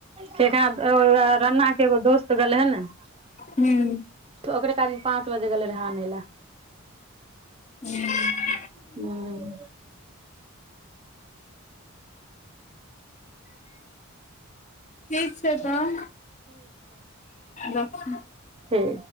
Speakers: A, on the right; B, on the left.
A: तेना ओ र-रन्ना के एगो दोस्त गेलेहें ने
B: हूँ
A: ओकरे क आदमी पाँच बजे गेले रहे आानै ले
B: हूँ। <unintelligible>
A: हुं।
B: ठीक छै तऽ रखू
A: हे